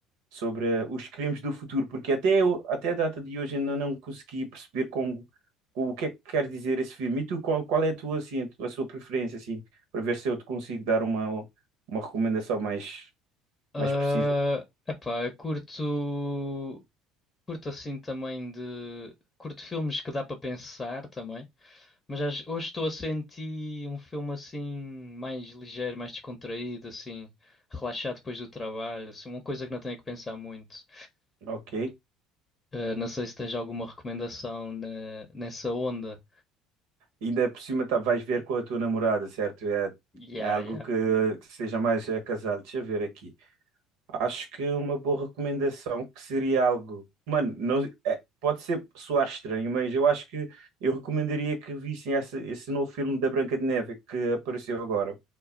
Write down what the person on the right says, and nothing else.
sobre os crimes do futuro, porque até, eu, até a data de hoje ainda não consegui perceber como, o que é que quer dizer esse filme. E tu, qual, qual é a tua, assim, a tua- a sua preferência, assim, para ver se eu te consigo dar uma, uma recomendação mais
mais precisa.
Ok.
Ainda por cima tá, vais ver com a tua namorada, certo? É,
é algo
que, que seja mais é, casado. Deixa eu ver aqui. Acho que uma boa recomendação que seria algo. Mano, não, é, pode ser soar estranho, mas eu acho que eu recomendaria que vissem esse, esse novo filme da Branca de Neve que apareceu agora.